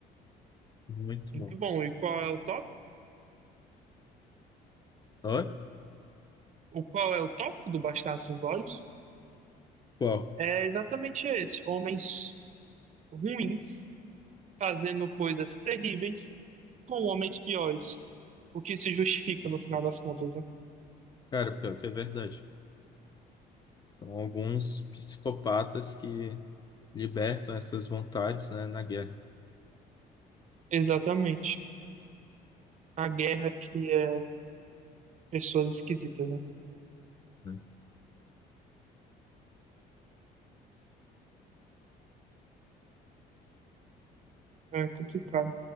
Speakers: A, on the left (about 25°); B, on the right (about 45°).
A: muito
B: Muito
A: bom.
B: bom. E qual é o tópico?
A: Oi?
B: O qual é o tópico do Bastardos Inglórios?
A: Qual?
B: É exatamente esse. Homens ruins fazendo coisas terríveis com homens piores. O que se justifica no final das contas, né?
A: Cara, pior que é verdade. São alguns psicopatas que libertam essas vontades, né, na guerra.
B: Exatamente. A guerra cria pessoas esquisitas, né?
A: né?
B: É complicado.